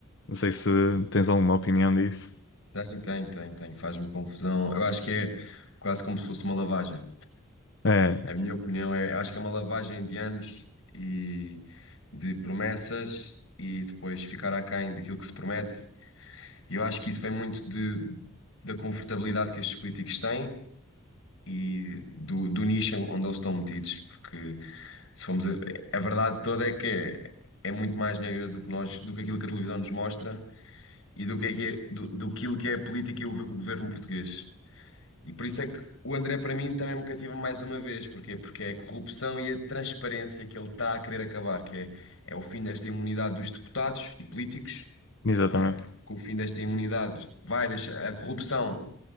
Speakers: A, on the left; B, on the left.
A: Não sei se tens alguma opinião disso.
B: Tem, tem, tem, tem, faz-me confusão. Eu acho que é quase como se fosse uma lavagem.
A: É,
B: A minha opinião é, acho que é uma lavagem de anos e de promessas e depois ficar aquém daquilo que se promete. E eu acho que isso vem muito de, da confortabilidade que estes políticos têm e do, do nicho onde eles estão metidos. Porque se formos a, a verdade toda é que é, é muito mais negra do que nós, do que aquilo que a televisão nos mostra e do que é que é, do, do aquilo que é a política e o, o governo português. E por isso é que o André, para mim, também me cativa mais uma vez. Porquê? Porque é a corrupção e a transparência que ele está a querer acabar, que é, é o fim desta imunidade dos deputados e políticos,
A: exatamente.
B: não é? Porque com o fim desta imunidade vai deixar, a corrupção